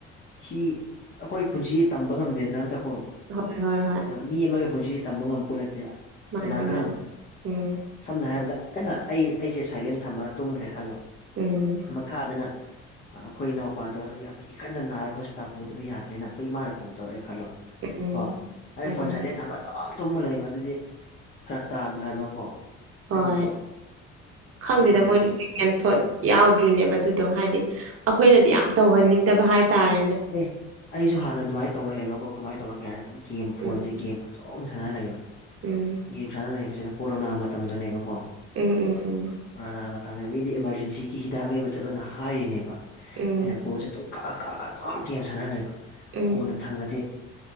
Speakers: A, on the left (about 30°); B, on the right (about 50°).
A: ꯁꯤ ꯑꯈꯣꯏ ꯄꯨꯟꯁꯤꯁ ꯇꯝꯕ ꯉꯝꯗꯦꯗꯅ ꯑꯝꯇ ꯀꯣ
B: ꯍꯣꯏ ꯍꯣꯏ ꯍꯣꯏ
A: ꯃꯤ ꯑꯃꯒꯤ ꯄꯨꯟꯁꯤꯁꯤ ꯇꯝꯕ ꯉꯝꯕꯄꯣꯠ ꯅꯠꯇꯦ
B: ꯃꯥꯅꯦ
A: ꯀꯅꯥ ꯈꯪ
B: ꯃꯥꯅꯦ ꯎꯝ
A: ꯁꯝꯅ ꯍꯥꯏꯔꯕꯗ ꯑꯩ ꯑꯩꯁꯦ ꯁꯥꯏꯂꯦꯟ ꯊꯝꯃꯒ ꯇꯨꯝꯈ꯭ꯔꯦ ꯈꯜꯂꯣ
B: ꯎꯝ
A: ꯃꯈꯥꯗꯅ ꯑꯩꯈꯣꯏ ꯏꯅꯥꯎꯄꯥꯗ ꯌꯥꯝ ꯊꯤ ꯀꯟꯅ ꯅꯥꯔꯦ ꯍꯣꯁꯄꯤꯇꯥꯜ ꯄꯨꯗꯕ ꯌꯥꯗ꯭ꯔꯦꯅ ꯑꯩꯈꯣꯏ ꯏꯃꯥꯅ ꯀꯣꯜ ꯇꯧꯔꯛꯑꯦ ꯈꯜꯂꯣ
B: ꯎꯝ
A: ꯀꯣ
B: ꯎꯝ
A: ꯑꯩ ꯐꯣꯟ
B: ꯎꯝ
A: ꯁꯥꯏꯂꯦꯟ ꯊꯝꯃ ꯇꯨꯝ ꯇꯨꯝꯃ ꯂꯩꯕ ꯑꯗꯨꯗꯤ ꯐꯔꯛ ꯇꯥꯗ꯭ꯔ ꯍꯥꯏꯕꯀꯣ
B: ꯍꯣꯏ
A: ꯑꯗꯨꯝꯕꯗꯣ
B: ꯈꯪꯗꯦꯗ
A: ꯑꯗꯨꯝꯕꯗꯣ
B: ꯃꯣꯏꯅ
A: ꯑꯗꯨ
B: ꯀꯦꯟ ꯊꯣꯠ ꯌꯥꯎꯗ꯭ꯔꯤꯅꯦꯕ ꯑꯗꯨꯗꯣ ꯍꯥꯏꯗꯤ ꯑꯩꯈꯣꯏꯅꯗꯤ ꯌꯥꯝ ꯇꯧꯍꯟꯅꯤꯡꯗꯕ ꯍꯥꯏꯇꯥꯔꯦꯅꯦ
A: ꯑꯦ ꯑꯩꯁꯨ ꯍꯥꯟꯅ ꯑꯗꯨꯃꯥꯏꯅ ꯇꯧꯔꯛꯑꯦꯕꯀꯣ ꯀꯃꯥꯏꯅ ꯇꯧꯔꯀꯦ ꯍꯥꯏꯔ ꯒꯦꯝ ꯐꯣꯟꯁꯦ
B: ꯎꯝ
A: ꯒꯦꯝ ꯇꯣꯝ ꯁꯅꯔ ꯂꯩꯕ
B: ꯎꯝ
A: ꯒꯦꯝ ꯁꯥꯅ ꯂꯩꯕꯁꯤꯗ ꯀꯣꯔꯣꯅꯥ ꯃꯇꯝꯗꯅꯦꯕꯀꯣ
B: ꯎꯝ ꯎꯝ ꯎꯝ
A: ꯀꯣꯔꯣꯅꯥ ꯃꯇꯝꯅꯦ ꯃꯤꯗꯤ ꯏꯃꯥꯔꯖꯦꯟꯁꯤꯒꯤ ꯍꯤꯗꯥꯛ ꯂꯩꯕ ꯆꯠꯂꯣꯅ ꯍꯥꯏꯔꯤꯅꯦꯕ
B: ꯎꯝ
A: ꯑꯩꯅ ꯀꯣꯜ ꯁꯦꯇꯧ ꯀꯥ ꯀꯥ ꯑꯗꯨꯝ ꯒꯦꯝ ꯁꯥꯟꯅꯔ ꯂꯩꯕ
B: ꯎꯝ
A: ꯀꯣꯟꯅ ꯊꯪꯗꯗꯤ